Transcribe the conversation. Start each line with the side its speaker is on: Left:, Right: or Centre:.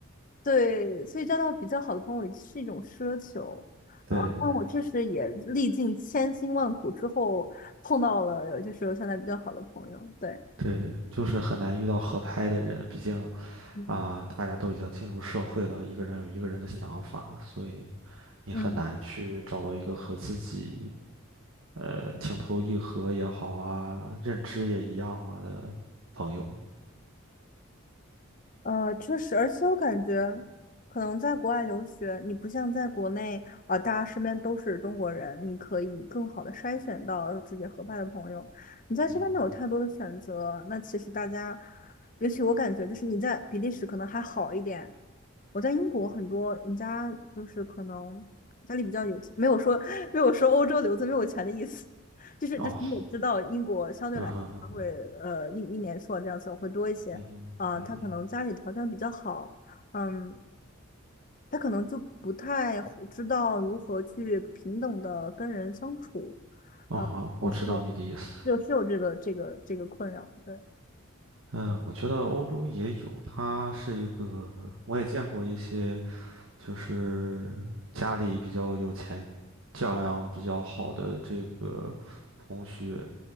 Left: 对，所以交到比较好的朋友也是一种奢求。
Right: 对
Left: 啊，那我确实也历尽千辛万苦之后碰到了，就是我现在比较好的朋友。对，
Right: 对，就是很难遇到合拍的人，毕竟
Left: 嗯
Right: 啊，大家都已经进入社会了，一个人有一个人的想法，所以你很难去找到一个和自己
Left: 嗯，
Right: 呃情投意合也好啊，认知也一样啊的朋友了。
Left: 呃，确实，而且我感觉可能在国外留学，你不像在国内啊、大家身边都是中国人，你可以更好的筛选到自己合拍的朋友。你在身边没有太多的选择，
Right: 嗯，
Left: 那其实大家，尤其我感觉就是你在比利时可能还好一点。我在英国很多人家就是可能家里比较有钱，没有说没有说欧洲留子没有钱的意思，<laughs> 就是就是你也知道英国相对来说它会呃一一年硕这样子会多一些，
Right: 哦，嗯哼，嗯哼，
Left: 啊、
Right: 嗯哼，
Left: 他可能家里条件比较好，嗯，他可能就不太会知道如何去平等的跟人相处，
Right: 哦，好，
Left: 就是有
Right: 我知道你的意思。
Left: 就是有这个这个这个困扰，对，
Right: 嗯，我觉得欧洲也有，它是一个，我也见过一些就是家里比较有钱，教养比较好的这个同学，